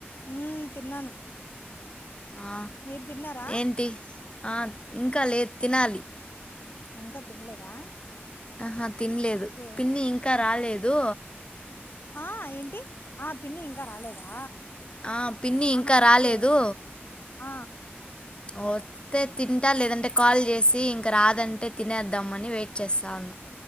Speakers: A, on the left; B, on the left.
A: యూ తిన్నాను
B: ఆ
A: మీరు తిన్నారా
B: ఏంటి ఆ ఇంకా లేదు తినాలి
A: ఇంకా తినలేదా
B: ఆహా తిన్నలేదు
A: ఓకే
B: పిన్ని ఇంకా రాలేదు
A: ఆ ఏంటి ఆ పిన్ని ఇంకా రాలేదా
B: ఆ పిన్ని ఇంకా
A: ఆహా
B: రాలేదు
A: ఓకే ఆ
B: వస్తే తింటా లేదంటే కాల్ చేసి ఇంక రాదంటే తినేద్దామని వెయిట్ చేస్తా ఉన్నా